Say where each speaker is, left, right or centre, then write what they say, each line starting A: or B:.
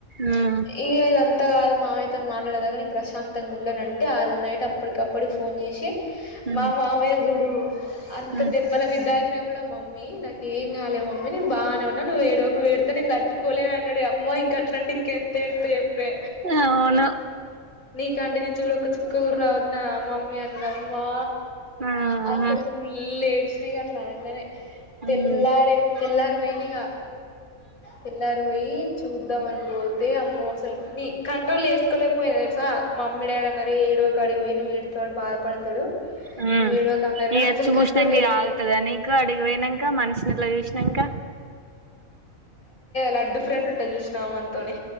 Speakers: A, on the right (about 40°); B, on the left (about 85°).
A: ఆ
B: ఇక ఇది అంత కాాలదు మావియతో మాట్లాడేదాక నేను ప్రశాంతంగా ఉంనుంటే ఆ రోజు నైట్ అప్పటికప్పుటికి ఫోన్ చేసి
A: హ్మ్
B: మా మావయ్య జుడు అంత
A: హ్మ్
B: దెబ్బల మీ దాకినా కూడా మమ్మీ ఏం కాలే మమ్మీ నేను బాగానేన్నా <unintelligible> నేనుట్టుకోలేన అన్నాడు అమ్మా ఇంక అట్లాంటే ఇంకెంత ఏడుత చెప్పే
A: అవును
B: నీ కంటి నుంచి కూడా ఒక చుక్క రావద్ నా అమ్మమ్మ అని అమ్మా
A: ఆహా
B: అసలు ఫుల్ <unintelligible> అట్లా అనగానే
A: హ్మ్
B: తెల్లరే తెల్లరు పోయింది ఇగ తెల్లారు పోయి చూద్దాం అని పోతే అమ్మో అసలు నీ కంట్రోల్ చెస్కోలేకపోయ <unintelligible> మా మమ్మీ డాడీ అన్నారు ఏడవకు అడిగి పోయి <unintelligible> డుతాడు బాధపడతాడు
A: <unintelligible>
B: నువ్వు ఏడవకు అన్నారు కానీ అసలు కంట్రోల్ అయితలే
A: ఆగుతుది అ నక అడిగి పోయినాక మనిషి <unintelligible> ఇంక
B: లడ్డు ఫ్రెండ్ ఉంటుది చూసినావ మనతోనే